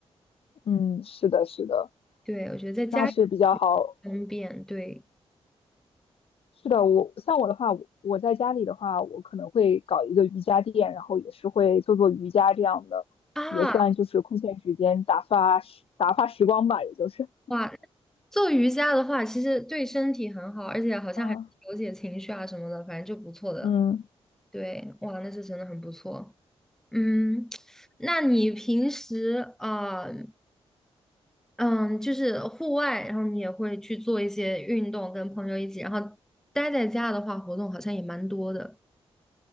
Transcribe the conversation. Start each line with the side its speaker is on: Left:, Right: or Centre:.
Left: 嗯，是的，是的，
Centre: 对，我觉得在家里
Left: 那是比较好。
Centre: 方便。对
Left: 是的，我像我的话，我我在家里的话，我可能会搞一个瑜伽垫，然后也是会做做瑜伽这样的，
Centre: 啊，
Left: 也算就是空闲时间打发时打发时光吧，也就是。
Centre: 哇，做瑜伽的话，其实对身体很好，而且好像还调节情绪啊什么的，
Left: 啊，
Centre: 反正就不错的。
Left: 嗯
Centre: 对，哇，那是真的很不错。嗯，<tsk> 那你平时呃，嗯，就是户外，然后你也会去做一些运动，跟朋友一起，然后待在家的话，活动好像也蛮多的。